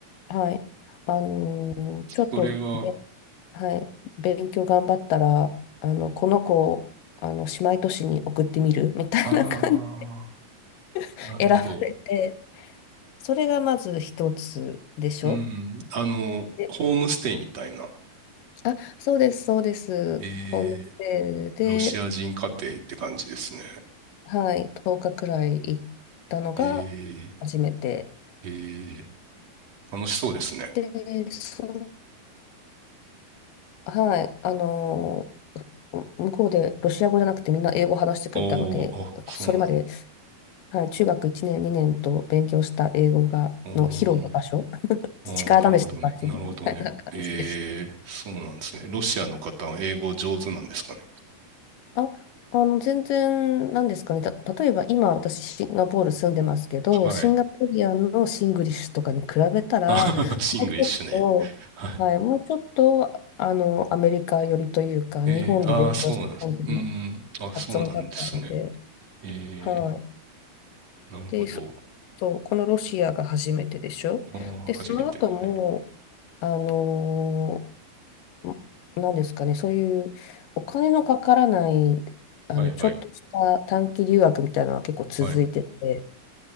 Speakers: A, on the left; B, on the right.
A: はい。あのーちょっとね
B: それは、
A: はい、勉強頑張ったら、あの、この子をあの姉妹都市に送ってみる <laughs> みたいな感じ
B: ああ、
A: で <laughs>
B: なるほど。
A: 選ばれて、それがまず一つでしょ。
B: うん。あの、
A: で
B: ホームステイみたいな。
A: あ、そうです、そうです。
B: えー、
A: ホームステイで、
B: ロシア人家庭って感じですね。
A: はい、10日くらい行ったのが
B: え
A: 初めて。
B: ー、えー、楽しそうですね。
A: で、そはい、あの、う向こうでロシア語じゃなくてみんな英語話してくれたので、
B: おー、あ、そうなんだ。
A: それまではい、中学1年、2年と勉強した英語が、
B: お
A: の披露の場所、
B: ー、
A: <laughs>
B: おー、
A: 力試しの場所みたいな感じでした。
B: なるほどね。なるほどね。えー、そうなんですね。ロシアの方は英語上手なんですかね。
A: あ、あの、全然、なんですかね、た、例えば今私シンガポール住んでますけど、
B: はい。
A: シンガポリアンのシングリッシュとかに比べたら、
B: <laughs> シングリッシュね。
A: もうちょっと、
B: はい。
A: はい、もうちょっと、あの、アメリカ寄りというか、
B: えー、
A: 日本で勉強した感じの
B: ああ、そうなんです。うーん、あ、そうなんですね。
A: 発音だったので、
B: え
A: はい。
B: ー、なるほど。
A: で、そそう、このロシアが初めてでしょ。
B: ああ、
A: で、その後も、
B: 初めて。はい。
A: あのーなんですかね、そういうお金のかからない、あの、
B: はい、
A: ちょっとした短期留学みたいなのは結構続いてて、
B: はい。はい。